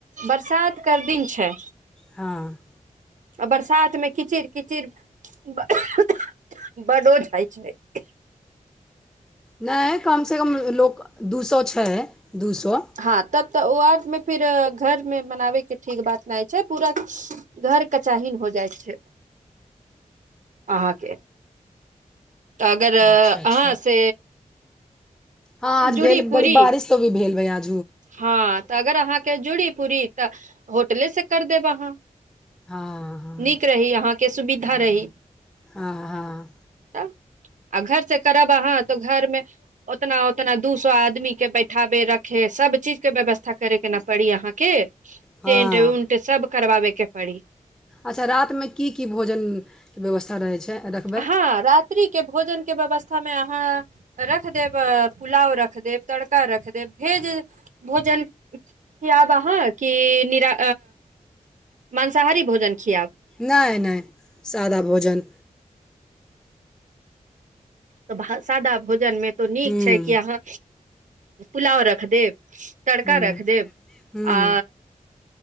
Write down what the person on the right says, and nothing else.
बरसात कर दिन छै
आ बरसात मे कीचिड़ कीचिड़ बडो ज होइ छै
हँ तब तऽ ओ आमे फिर घर मे मनाबे के ठीक बात नहि छै पूरा घर कचाहिन हो जाइ छै अहाँके तऽ अगर अहाँ
से
जुड़ी
पूरी
हँ तऽ अगर अहाँके जुड़ी पूरी तऽ होटलेसँ कर देब अहाँ
नीक रही अहाँके सुविधा रही
त आ घर से करब अहाँ तो घर मे उतना उतना दू सौ आदमी के बैठाबे रखे सब चीजके व्यवस्था करैके ने पड़ी अहाँके टेंट
उंट सब करवाबेके पड़ी
हँ रात्रि के भोजन के व्यवस्था में अहाँ रख देब पुलाव रख देब तड़का रख देब भेज भोजन खियाब अहाँ कि निरा मंसाहारी भोजन खियाब
तऽ भ सादा भोजनमे तो नीक
छै कि अहाँ पुलाव रख देब तड़का
रख देब
आ